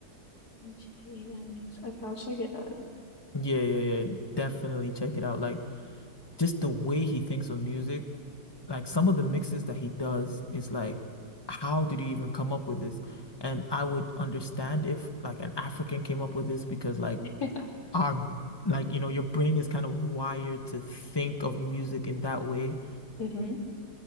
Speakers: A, on the left; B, on the left.
A: DJ Okay, I'll check it out.
B: Yeah, yeah, yeah. Definitely check it out. Like just the way he thinks of music, like some of the mixes that he does is like, how did you even come up with this? And I would understand if like an African came up with this because like
A: <laughs>
B: our like you know your brain is kind of wired to think of music in that way.
A: Mm-hmm.